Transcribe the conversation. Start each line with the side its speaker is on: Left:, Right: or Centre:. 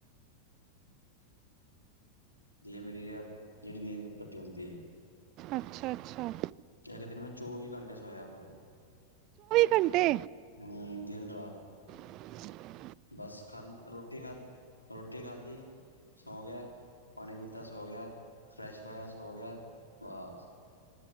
Left: ਮੇਰੀ ਜਿਹੜੀ ਨੀਂਦ ਘਟੀ ਹੁੰਦੀ ਹੈ
Right: ਅੱਛਾ ਅੱਛਾ
Left: ਇੱਕ ਦਿਨ ਮੈਂ ਚੌਵੀ ਘੰਟੇ ਸੋਇਆ ਪੂਰਾ
Right: ਘੰਟੇ
Left: ਹੂੰ ਦਿਨ ਰਾਤ
Right: ਹੂੰ
Left: ਬਸ ਖਾਂ ਰੋਟੀ ਖਾ ਰੋ ਰੋਟੀ ਖਾਧੀ ਸੌ ਗਿਆ ਪਾਣੀ ਪੀਤਾ ਸੋ ਗਿਆ ਫਰੈਸ਼ ਹੋਇਆ ਸੋ ਗਿਆ ਬਸ